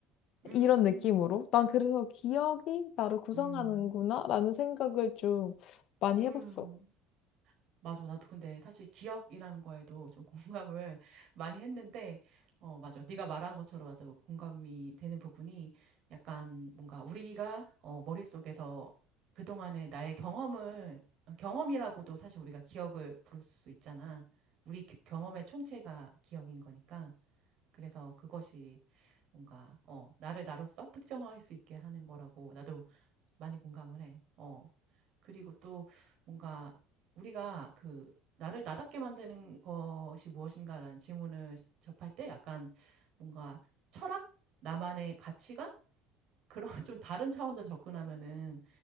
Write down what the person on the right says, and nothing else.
음,
음,
음.
맞아. 나도 근데 사실 기억이라는 거에도 좀 공감을 <laughs> 많이 했는데, 어, 맞아. 네가 말한 것처럼 맞아. 공감이 되는 부분이 약간 뭔가 우리가 어, 머릿속에서 그동안의 나의 경험을, 어, 경험이라고도 사실 우리가 기억을 부를 수 있잖아. 우리 기- 경험의 총체가 기억인 거니까. 그래서 그것이 뭔가, 어, 나를 나로서 특정할 수 있게 하는 거라고. 나도 많이 공감을 해. 어. 그리고 또 뭔가 우리가 그 나를 나답게 만드는 것이 무엇인가라는 질문을 접할 때 약간 뭔가 철학? 나만의 가치관? 그런 <laughs> 좀 다른 차원으로 접근하면은